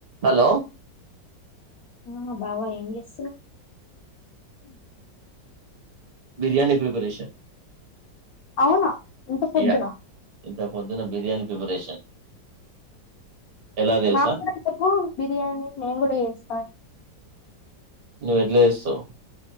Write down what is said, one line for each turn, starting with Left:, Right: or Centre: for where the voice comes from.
Right: Hello
Left: ఆ బాబాయ్ ఏం చేస్తున్నవ్
Right: బిర్యానీ ప్రిపరేషన్
Left: అవునా ఇంత పొద్దునా
Right: యా ఇంత పొద్దున బిర్యానీ ప్రిపరేషన్ ఎలా తెలుసా
Left: నాక్కూడా చెప్పు బిర్యానీ నేన్ గుడ చేస్ స్త
Right: నువ్ ఎట్ల చేస్తావ్